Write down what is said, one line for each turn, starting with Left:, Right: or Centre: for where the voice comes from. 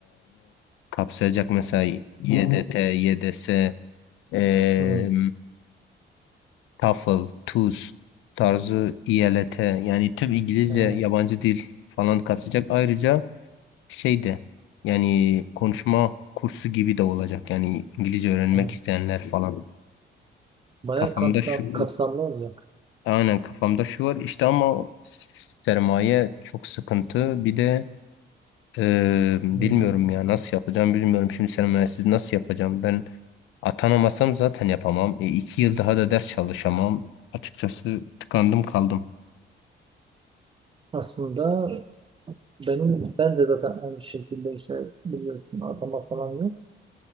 Left: kapsayacak mesela YDT, YDS, eee
Right: Hmm.
Left: TOEFL, TUS tarzı IELTS yani tüm İngilizce
Right: Ee,
Left: yabancı dil falan kapsayacak. Ayrıca şey de yani konuşma kursu gibi de olacak. Yani İngilizce öğrenmek
Right: e,
Left: isteyenler falan.
Right: Bayağı
Left: Kafamda
Right: kapsam,
Left: şu.
Right: kapsamlı olacak.
Left: Aynen kafamda şu var işte ama sermaye çok sıkıntı. Bir de e, bilmiyorum
Right: Hmm.
Left: ya nasıl yapacağım bilmiyorum. Şimdi sermayesiz nasıl yapacağım? Ben atanamasam zaten yapamam. E, iki yıl daha da ders çalışamam. Açıkçası tıkandım kaldım.
Right: Aslında benim ben de zaten aynı şekilde işte biliyorsun atama falan yok.